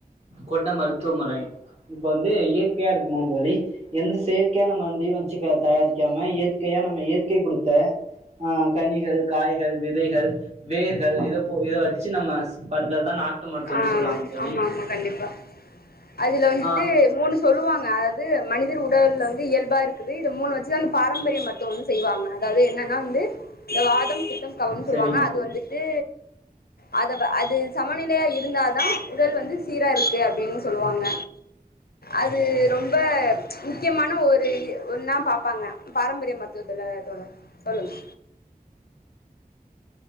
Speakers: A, on the right (about 45°); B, on the left (about 75°).
A: கொண்ட மருத்துவ முறை இப்ப வந்து இயற்கையா இருக்குமாந் தோழி எந்த செயற்கையான மர்ந்தையு வச்சு தயாரிக்காம இயற்கையா நம்ம இயற்கை குடுத்த ஆ கனிகள் காய்கள் விதைகள் வேர்கள் இத போ இத வச்சு நம்ம பண்றதுதா நாட்டு மருத்துவம்னு
B: ஆ
A: சொல்லுவாங்க தோழி
B: ஆமா ஆமா கண்டிப்பா அதுல வன்ட்டு
A: ஆ
B: மூணு சொல்லுவாங்க அதாது மனிதர் உடல்ல வந்து இயல்பா இருக்குது இத மூணு வச்சுதா பாரம்பரியம் மருத்துவம் வந்து செய்வாங்க அதாவது என்னன்னா வந்து இந்த வாதம் பித்தம் கபம்
A: சரிங்க
B: சொல்லுவாங்க அது
A: தோழி
B: வந்து ந்து அத வ அது சமநிலையா இருந்தால் தா உடல் வந்து சீரா இருக்கு அப்டின் சொல்லுவாங்க அது ரொம்ப முக்கியமான ஒரு ஒன்னா பாப்பாங்க பாரம்பரிய மரு த்துவத்துல தோழர் சொல்லுங்க